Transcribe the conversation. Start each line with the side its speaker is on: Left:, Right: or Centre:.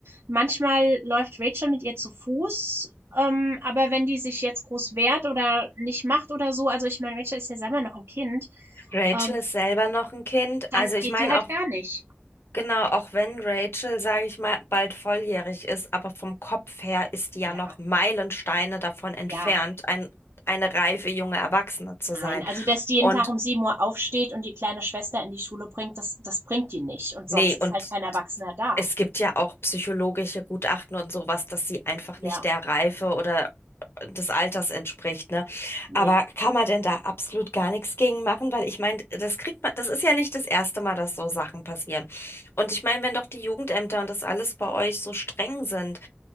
Right: manchmal läuft Rachel mit ihr zu Fuß. Ähm, aber wenn die sich jetzt groß wehrt oder nicht macht oder so, also ich meine, Rachel ist ja selber noch ein Kind,
Left: Rachel
Right: ähm,
Left: ist selber noch ein Kind.
Right: dann
Left: Also ich
Right: geht
Left: meine,
Right: die halt
Left: auch
Right: gar nicht.
Left: Genau, auch wenn Rachel, sage ich mal, bald volljährig ist, aber vom Kopf her ist die ja
Right: Ja,
Left: noch Meilensteine davon entfernt,
Right: ja,
Left: ein, eine reife junge Erwachsene zu
Right: nein.
Left: sein.
Right: Also, dass die jeden
Left: Und
Right: Tag um 7 Uhr aufsteht und die kleine Schwester in die Schule bringt, das, das bringt die nicht. Und
Left: nee,
Right: sonst ist
Left: und
Right: halt kein Erwachsener da.
Left: es gibt ja auch psychologische Gutachten und sowas, dass sie einfach
Right: Ja,
Left: nicht der Reife oder äh, des Alters entspricht, ne?
Right: nee.
Left: Aber kann man denn da absolut gar nichts gegen machen? Weil ich meine, das kriegt man, das ist ja nicht das erste Mal, dass so Sachen passieren. Und ich meine, wenn doch die Jugendämter und das alles bei euch so streng sind,